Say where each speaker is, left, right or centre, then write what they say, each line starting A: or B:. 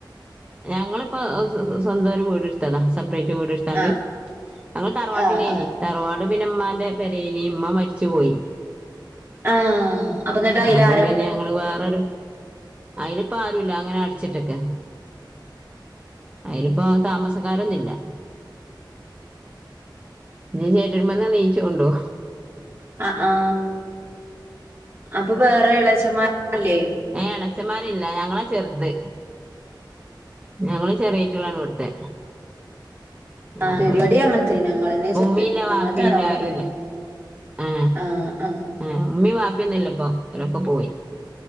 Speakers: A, on the right; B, on the right.
A: ഞങ്ങള്പ്പം സ്വന്തായിട്ട്‌ വീടെട്ത്തതാ സെപ്രയ്റ്റ് വീട്. താണ്ട്
B: ആഹ്
A: ഞങ്ങൾ തറവാട്ടിലേനി
B: ആഹ് ആഹ്
A: തറവാട് പിന്നെ ഇമ്മാന്റെ പെരെനി ഇമ്മ മര്ച്ച് പോയി.
B: ആഹ് അപ്പൊ എന്നിട്ട് അയില്
A: അപ്പം
B: ആരാപ്പോ
A: പിന്നെ ഞങ്ങള് വേറൊരു അയ്ലിമ്പോ ആരുല്ല അഹ്ങ്ങനെ അട്ച്ചിട്ടക്കാ. അയ്ന്പ്പോ താമസക്കാരൊന്നുല്ല. ഇജ് ചേന്റെടിമെന്ന്‌ നീച്ചോണ്ണ്ണ്ടോ?
B: ആഹ് ആ ഹഅപ്പൊ വേറെ എളെച്ചന്മാര്ല്ലേ
A: ഏ എളച്ചന്മാരില്ല ഞങ്ങളാ ചെറുത്. ഞങ്ങള് ചെറ്യാറ്റങ്ങളാണിവ്ട്ത്തെ.
B: ആഹ്
A: അപ്പൊ
B: ഇവിടെ
A: പിന്നെ
B: അങ്ങനത്തന്നെ ഞങ്ങളന്നെ ചെറുത്
A: ഉമ്മില്ല വാപ്പില്ല
B: ഞങ്ങള് തറവാട്ടിലന്നെ
A: ആാരുംല്ല. ഏ
B: ആഹ് ആഹ്
A: ഏ ഉമ്മിം വപ്പിന്നുല്ലപ്പൊ ഓലൊക്കെ പോയി.